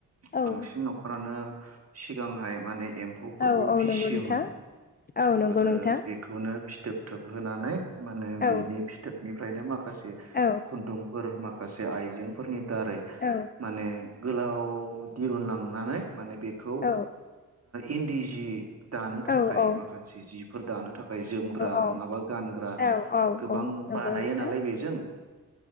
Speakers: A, on the right; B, on the left.
A: बांसिन
B: औ
A: न'खरानो सिगांहाय माने एम्फौफोरखौ
B: औ औ
A: फिसियोमोन।
B: नंगौ नोंथां औ नंगौ
A: आरो
B: नोंथां
A: बेखौनो फिथोब थोबहानै माने बेनि
B: औ
A: फिथोब निफ्रायनो माखासे
B: औ
A: खुन्दुंफोर माखासे आइजेंफोरनि दारै
B: औ
A: माने गोलाव दिरुनलांनानै माने बेखौ
B: औ
A: इन्दि जि दानो थाखाय
B: औ औ
A: माखासे जिफोर दानो था खाय जोमग्रा
B: औ
A: नङाबा गानग्रा
B: औ औ
A: गोबां
B: औ नंगौ
A: बानायो
B: नोंथां
A: नालाय बेजों